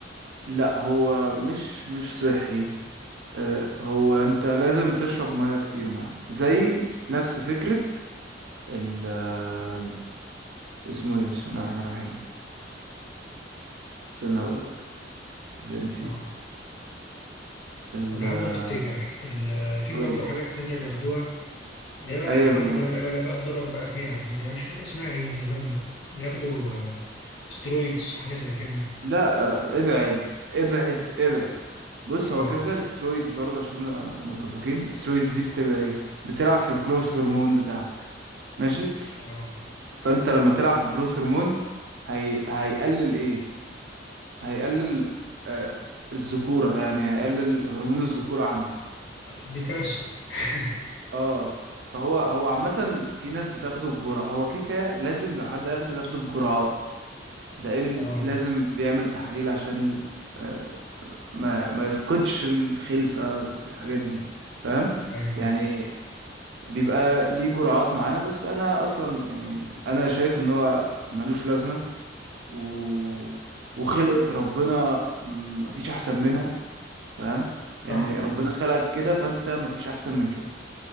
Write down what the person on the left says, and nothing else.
اه
طب لحد
ما تفتكر ال- في
برضه حاجات تانية بياخدوها اللي هي بقى
الحاجات
اللي يقول لك بقى الضرر بقى فيها دي اللي هي مش فاكر اسمها ايه تقريبا بياخدوا سترويدز حاجه زي كده
اه
اه
دي كارثه <laughs>
اه
ايوه
صح
صح